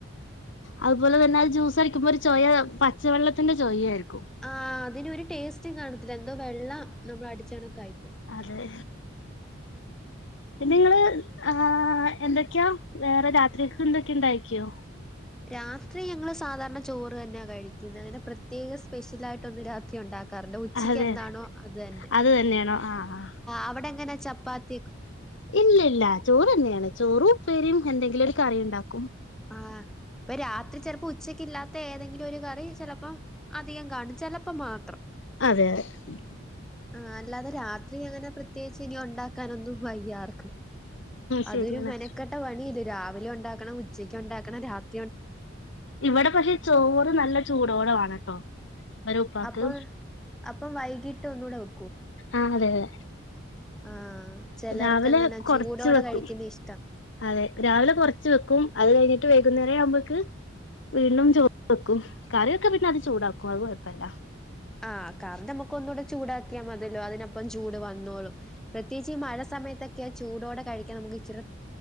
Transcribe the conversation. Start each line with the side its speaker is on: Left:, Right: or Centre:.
Left: അതുപോലെ തന്നെ അത് ജ്യൂസ് അടിക്കുമ്പോ ഒരു ചൊയ പച്ചവെള്ളത്തിന്റെ ചൊയായിരിക്കും
Centre: ആ അതിനൊരു ടേസ്റ്റും കാണത്തില്ല എന്തോ വെള്ളം നമ്മൾ അടിച്ചെണക്ക ആയിും
Left: അതെ നിങ്ങള് ആ എന്തൊക്കെയാ വേറെ രാത്രിക്ക എന്തൊക്കെയ ഇണ്ടായിക്കോ
Centre: രാത്രി ഞങ്ങള് സാധാരണ ചോറ് തന്നെയാ കഴിക്കുന്നത് അങ്ങനെ പ്രത്യേക സ്പെഷ്യൽ ആയിട്ട ഒന്ന് രാത്രി ഉണ്ടാക്ക ഉച്ചക്ക്ന്താണോ
Left: അതെ
Centre: അത് തന്നെ
Left: അത് തന്നെയാണോ ആ ആ
Centre: അവിടെങ്ങെപ്പാത്തി
Left: ഇല്ല ഇല്ല ചോറ് തന്നെയാണ് ചോറും ഉപ്പേരിയും എന്തെങ്കിലും ഒരു കറിയ ഉണ്ടാക്ക
Centre: ആഹ ഇപ്പൊ രാത്രി ചെലപ്പോ ഉച്ചക്ക് ല്ലാത്ത ഏതെങ്കിലും ഒരു കറി ചിലപ്പോ അധികം കാണും ചിലപ്പോ മാത്രം
Left: അതെ അതെ
Centre: ആ അല്ലാതെ രാത്രി അങ്ങനെ പ്രത്യേകിച്ച് ഇനി ഉണ്ടാക്കാനൊന്നും വയ്യ ആർക്കും അതൊരു
Left: ശരിയാണ്
Centre: മെനക്കെട്ട പണില്ല രാവിലെ ഉണ്ടാക്കണം ഉച്ചക്ക് ഉണ്ടാക്കണം രാത്
Left: ഇവിടെ പക്ഷെ ചോറ് നല്ല ചൂടോടെ വാണട്ടോ വരെ ഉപ്പാക്ക്
Centre: അപ്പൊ അപ്പം വൈകിട്ട് ഒന്നൂടെ വെ
Left: ആഹ് അതെ അതെ
Centre: ആഹ് ചെലർക്ക്
Left: രാവിലെ
Centre: അങ്ങനെ
Left: കൊറച്ച്
Centre: ചൂടോടെ
Left: വെക്കും
Centre: കഴിക്കുന്ന ഇഷ്ടം
Left: അതെ രാവിലെ കൊറച്ച് വെക്കും അത് കഴിഞ്ഞിട്ട് വൈകുന്നേരം ആവുമ്പേക്ക് വീണ്ടും ചോർ വെക്കും കറിയൊക്കെ പിന്നെ അത് ചൂടാക്കും അത് കുഴപ്പില്ല
Centre: ആഹ് കറി നമുക്ക് ഒന്നുകൂടെ ചൂടാക്കിയാൽ മതില്ലോ അതിനൊപ്പം ചൂട് വന്നോളും പ്രത്യേകിച്ച് ഈ മഴ സ സമയത്തൊക്കെ ചൂടോടെ കഴിക്കാൻ നമുക്ക് ഇച്ചിര